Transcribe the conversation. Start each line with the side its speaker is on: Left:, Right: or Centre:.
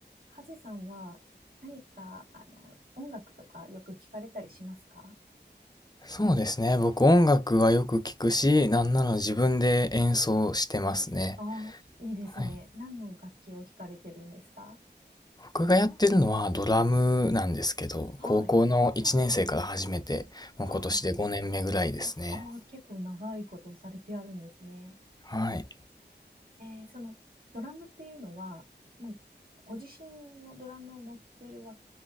Right: ハゼさんは何か、あの、音楽とかよく聞かれたりしますか
Left: そうですね。僕音楽はよく聞くし、なんなら自分で演奏してますね。
Right: ああ、いいですね。
Left: はい。
Right: 何の楽器を弾かれてるんですか
Left: 僕がやってるのはドラムなんですけど、
Right: はい。
Left: 高校の1年生から始めて、もう今年で5年目ぐらいですね。
Right: はあ、ああ、結構長いことをされてあるんですね。
Left: はい。
Right: えーその、ドラムっていうのは、もう、ご自身のドラムを持ってるわ、